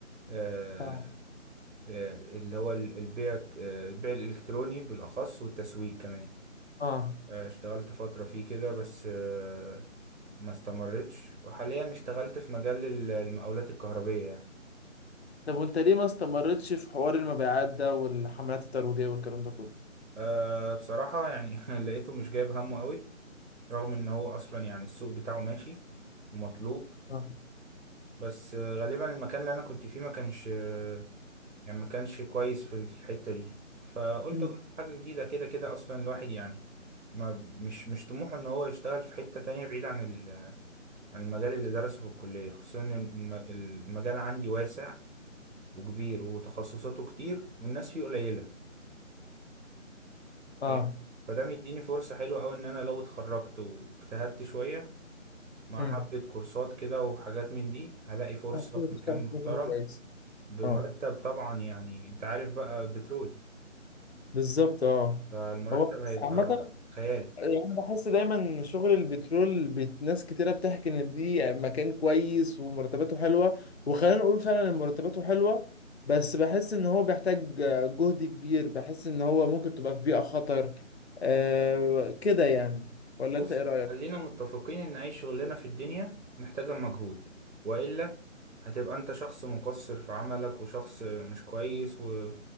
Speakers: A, on the right (about 80°); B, on the left (about 55°).
A: آه،
B: اه
A: آه، اللي هو ال- البيع آه، البيع الإلكتروني بالأخص والتسويق كمان
B: اه
A: آه، اشتغلت فترة فيه كده بس آه، ما استمرتش وحاليا اشتغلت في مجال ال- المقاولات الكهربية يعني
B: طب وانت ليه ما استمرتش في حوار المبيعات ده والحملات الترويجية والكلام ده كله؟
A: آه، بصراحة يعني <laughs> لقيته مش جايب همه قوي رغم ان هو اصلا يعني السوق بتاعه ماشي ومطلوب
B: اه
A: بس آه، غالبا المكان اللي انا كنت فيه ما كانش آه، يعني ما كانش كويس في الحتة دي فقلت
B: مم.
A: اجرب حاجة جديدة كده كده اصلا الواحد يعني ما مش مش طموحه ان هو يشتغل في حتة تانية بعيد عن ال- عن المجال اللي درسه في الكلية خصوصا ان الم- المجال عندي واسع وكبير وتخصصاته كتير والناس فيه قليلة
B: اه
A: فاهم فده مديني فرصة حلوة أوي إن أنا لو اتخرجت واجتهدت شوية مع
B: امم
A: حبة كورسات كده وحاجات من دي هلاقي فرصة
B: آه، كله
A: في
B: بيشتغل
A: مكان محترم
B: في مكان كويس
A: بمرتب
B: اه
A: طبعا يعني أنت عارف بقى بترول
B: بالظبط اه
A: فالمرتب
B: هو
A: هيبقى
B: بس عامة
A: خيالي
B: يعني أنا بحس دايما إن شغل البترول بت... ناس كتيرة بتحكي إن دي مكان كويس ومرتباته حلوة وخلينا نقول فعلا إن مرتباته حلوة بس بحس إن هو بيحتاج جهد كبير بحس إن هو ممكن تبقى في بيئة خطر آه كده يعني ولا
A: بص
B: أنت إيه رأيك؟
A: خلينا متفقين ان اي شغلانه في الدنيا محتاجه مجهود والا هتبقى انت شخص مقصر في عملك وشخص مش كويس و...